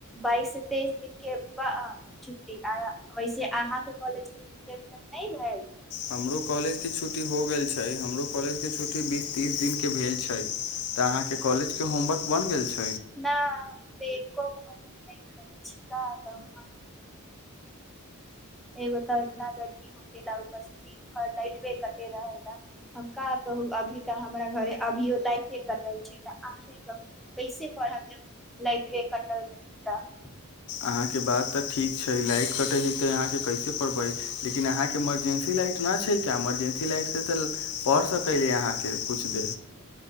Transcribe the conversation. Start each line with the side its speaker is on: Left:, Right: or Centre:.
Centre: बाइस से तेइस दिनक के छुट्टी वैसे अहाँके कॉलेज के छुटटी अब तक नहि भेल
Left: हमरो कॉलेज के छुट्टी हो गेल छै। हमरो कॉलेज के छुट्टी बीस तीस दिन के भेल छै। तऽ अहाँ के कॉलेज के होमवर्क बन गेल छै।
Centre: न हम हम नै बनेेने छी का कहु एगो तऽ इतना गर्मी होगेला ऊपर से दिन भर लाइटवे कटे रहेला हम का कहू अभी तऽ हमरा घरे अभियो लाइटे कटल छै त अहे कहू कैसे पर हम जब लाइट वे कटल रही तऽ
Left: अहाँके बात तक ठीक छै लाइट कटैहै त अहाँके कैसे परबै लेकिन अहाँके इमरजेंसी लाइट ना छै। का इमरजेंसी लाइट से पढ़ सकैली अहाँके कुछ दे